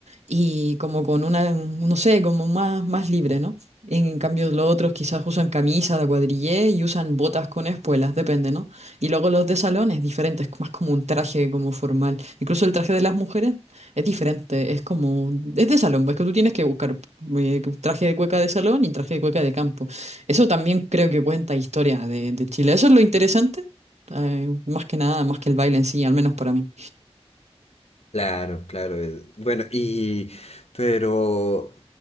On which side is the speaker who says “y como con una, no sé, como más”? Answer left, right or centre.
Right